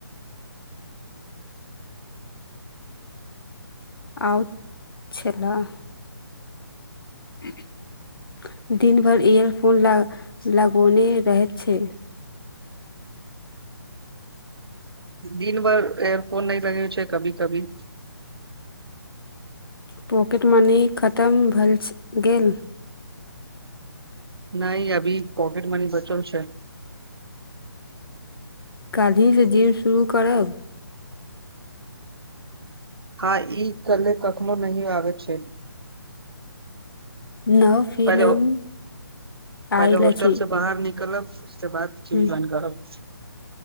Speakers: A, on the left; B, on the right.
A: आउट छलाह <unintelligible> दिन भरि इयरफोन लग लगौने रहैत छै
B: दिनभर एयरफोन नहि लगेने छै कभी-कभी
A: पॉकेट मनी खत्म भए गेल
B: नहि अभी पॉकेट मनी बचल छै
A: काल्हिसँ जिम शुरू करब
B: हँ ई काल्हि कखनो नहि आबै छै
A: नव फिल्म
B: पहिले पहिले
A: आयल
B: होस्टलसे
A: अछि
B: बाहर निकलब उसके बाद जिम
A: हूँ,
B: जोइन करब